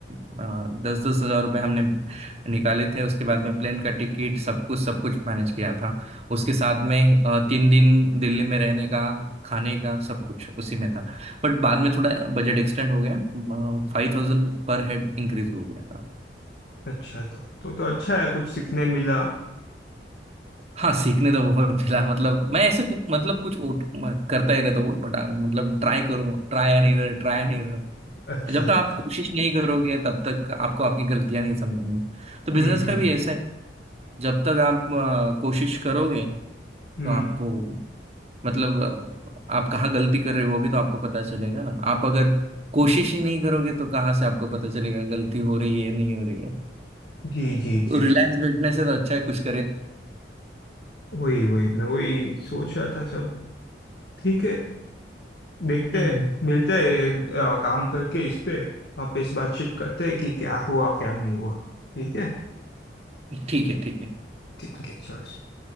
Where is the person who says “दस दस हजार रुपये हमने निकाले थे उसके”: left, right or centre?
Right